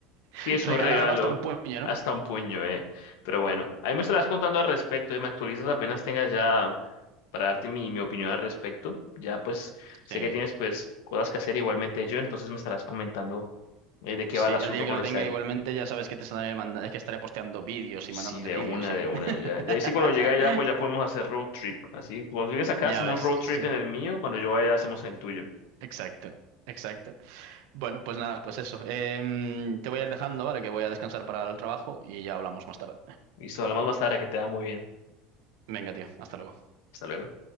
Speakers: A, on the left (about 75°); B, on the right (about 65°).
A: Sí,
B: <laughs>
A: es
B: regalado
A: un regalo.
B: hasta un puño, ¿no?
A: Hasta un puño, eh. Pero bueno, ahí me estarás contando al respecto, eh, Me actualizas apenas tengas ya para darte mi, mi opinión al respecto. Ya pues sé
B: Sí,
A: que tienes pues cosas que hacer igualmente yo, entonces me estarás comentando eh, de qué
B: sí,
A: va el asunto
B: el día
A: cuando
B: que lo tenga
A: esté allí.
B: igualmente ya sabes que te estaré mandando, que estaré posteando vídeos
A: Sí,
B: y mandándote
A: de
B: vídeos
A: una,
B: y
A: de una.
B: <laughs>
A: Ya, ya ahí sí cuando llega allá pues ya podemos hacer road trip. Así, cuando tú vienes acá
B: ya
A: hacemos
B: ves,
A: road trip
B: sí,
A: en el mío, cuando yo vaya hacemos en el tuyo.
B: exacto, exacto. Bueno, pues nada, pues eso. Em, te voy a ir dejando, ¿vale? Que voy a descansar para el trabajo y ya hablamos más tarde.
A: Listo, hablamos más tarde, que te da muy bien.
B: Venga, tío, hasta luego.
A: Hasta luego.